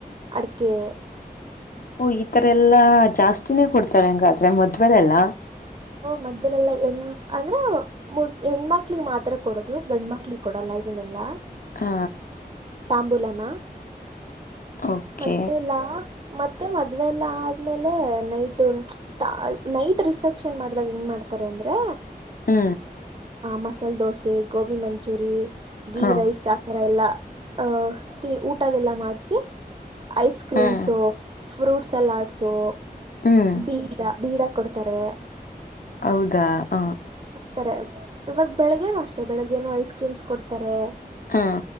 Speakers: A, on the right; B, on the left.
A: ಅಡಕ್ಕೆ
B: ಒ ಈತರ ಎಲ್ಲಾ ಜಾಸ್ತಿ <unintelligible> ಕೊಡ್ತಾರೆಂಗಾದ್ರೆ ಮದ್ವೆಲ್ಲ
A: ಮದ್ವೆಲಲೆಲ್ಲಾ <unintelligible> ಅಂದ್ರೆ ಹೆಣ್ಮಕ್ಳಿಗೆ ಮಾತ್ರ ಕೊಡೋದು ಗಂಡ್ಮಕ್ಳಿಗೆ ಕೊಡಲ್ಲ ಇದನ್ನೆಲ್ಲಾ
B: ಹಾ
A: ತಾಂಬುಲನ
B: ಓಕೆ
A: ಮತ್ತೆ ಎಲ್ಲಾ ಮತ್ತೆ ಮದ್ವೆ ಎಲ್ಲಾ ಆದ್ಮೇಲೆ ನೈಟ್ <unintelligible> ನೈಟ್ ರಿಸೆಪ್ಟ್ <unintelligible> ಆಪ್ಷನ್ ಮಾಡ್ದಾಗ ಹೆಂಗ ಮಾಡ್ತಾರೆ ಅಂದ್ರೆ
B: ಹ್ಮ
A: ಮಸಾಲ್ ದೋಸೆ ಗೋಬಿ ಮಂಚೂರಿ ಗೀರೈಸ್
B: ಹಾ
A: ಆತರ ಎಲ್ಲ ಆಹ ತಿ ಊಟದೆಲ್ಲ ಮಾಡ್ಸಿ ಐಸ್ ಕ್ರೀಮ್ಸು
B: ಹ್ಮ್
A: ಫ್ರೂಟ್ಸ್ ಸಲಾಡ್ಸು
B: ಹ್ಮ್
A: ಬೀಡ ಬೀಡ ಕೊಡ್ತಾರೆ
B: ಹೌದಾ ಹ
A: ತಾರೆ ಇವಾಗ ಬೆಳ್ಗೆನು ಅಷ್ಟೇ ಬೆಳಿಗ್ಗೇನು ಐಸ್ ಕ್ರೀಮ್ಸ್ ಕೊಡ್ತಾರೆ
B: ಹಾ